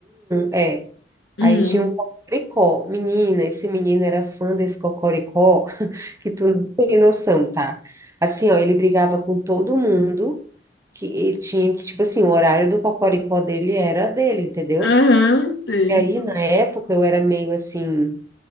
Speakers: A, on the right; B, on the left.
A: é.
B: Hum.
A: Aí tinha um Cocoricó. Menina, esse menino era fã desse Cocoricó, <laughs> que tu não tem noção, tá? Assim, ó, ele brigava com todo mundo, que ele tinha que, tipo assim, o horário do Cocoricó dele era dele, entendeu?
B: Aham, sei.
A: E aí, na época, eu era meio assim